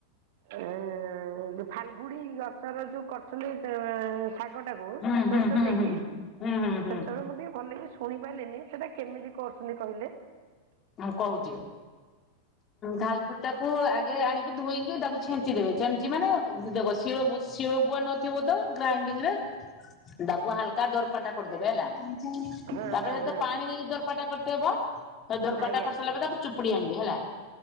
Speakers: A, on the right; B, on the left.
A: ଉମ୍ ଯୋଉ ଫାଲଗୁଡି ଗଛର ଯୋଉ କରୁଛନ୍ତି ସେ ଶାଗ ଶାଗଟାକୁ
B: ହୁଁ
A: ସୋରିଷ
B: ହୁଁ ହୁଁ
A: ଦେଇକି,
B: ହୁଁ ହୁଁ ହୁଁ ହୁଁ
A: ସେତେବେଳେ ମୁଁ ଟିକେ ଭଲକି ଶୁଣି ପାରିଲିନି, ସେଟା କେମିତି କରୁଛନ୍ତି କହିଲେ?
B: ହଁ କହୁଛି। ଥାଲକୁଡିଟାକୁ ଆଗେ ଆଣିକି ଧୋଇକି ତାକୁ ଛେଞ୍ଚି ଦେବେ, ଛେଞ୍ଚି ମାନେ ଦେଖ ଶିଳ ବୁ ଶିଳ ପୁଆ ନ ଥିବ ତ ଗ୍ରାଇଡିଂରେ ତାକୁ ହାଲକା ଦୋର୍ପଟା କରଦେବେ ହେଲା ତାପରେ
A: ହଁ ହଁ
B: ସେତେ
A: ହଁ
B: ପାଣି ଦେଇକି ଦରପାଟା କରିତେ ହେବ ଦରପଟା
A: ଆଜ୍ଞା
B: କରି ସାରିଲା ପରେ ତାକୁ ଚୁପୁଡି ଆଣିବେ ହେଲା,